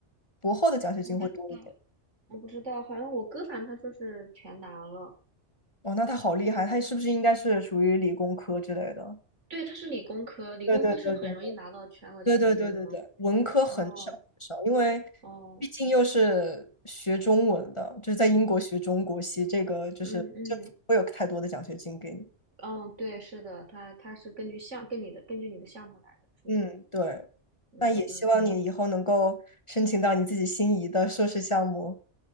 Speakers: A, on the left; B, on the right.
A: 博后的奖学金会多一点。
B: 我不知道。我不知道，好像我哥反正他说是全拿了。
A: 哇，那他好厉害，他是不是应该是属于理工科之类的？
B: 对，它是理工科，理工科是很容易拿到全额奖学金的吗？
A: 对对对对对对对对对，文科很少很少，
B: 哦
A: 因为
B: 哦，
A: 毕竟又是学中文的，就是在英国学中国系，这个就是就不会有太多的奖学金给你。
B: 嗯嗯嗯，对，是的，它它是根据项跟你的根据你的项目来的，是的，
A: 嗯，对，
B: 嗯嗯，
A: 那也希望你以后能够申请到你自己心仪的硕士项目。